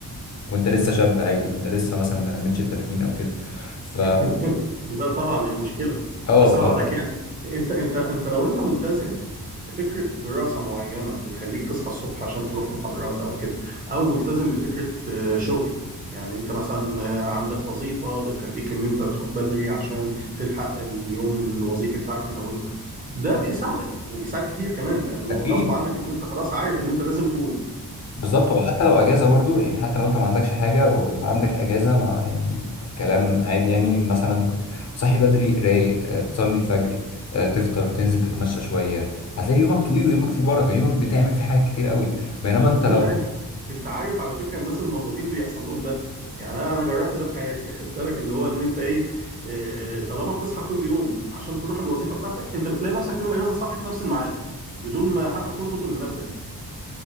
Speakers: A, on the left (about 45°); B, on the right (about 20°).
A: وانت لسه شاب عادي وانت لسه مثلا ما تمتش ال 30 او كده ف
B: <laughs> لا طبعا هي مشكله
A: اه
B: بس
A: ف
B: هقول لك يعني انت انت انت لو انت ملتزم بفكره دراسه معينه بتخليك تصحى الصبح عشان تروح محاضرات او كده او ملتزم بفكره آه، شغل يعني انت مثلا آه، عندك وظيفه بتخليك ان انت تروح بدري عشان تلحق اليوم الوظيفي بتاعك من اوله ده بيساعدك وبيساعد كتير كمان لانه
A: اكيد
B: غصب عنك ان انت خلاص عارف ان انت لازم تقوم
A: بالظبط هو حتى لو اجازه برضو يعني حتى لو انت ما عندكش حاجه واللي عندك اجازه ما يعني كلام عادي يعني مثلا كنت صاحي بدري رايق آه، تصلي الفجر آه، تفطر تنزل تتمشى شويه هتلاقي يومك طويل ويومك فيه بركه يومك بتعمل فيه حاجات كتير قوي بينما
B: <laughs>
A: انت لو
B: لا انت انت عارف على فكره الناس الموظفين بيحصل لهم ده يعني انا أنا جربت ده في حياتي اخد بالك اللي هو ان انت ايه آه، طالما بتصحى كل يوم عشان تروح الوظيفه بتاعتك انت بتلاقي نفسك يوم الاجازه صاحي في نفس الميعاد بدون ما حتى تظبط المنبه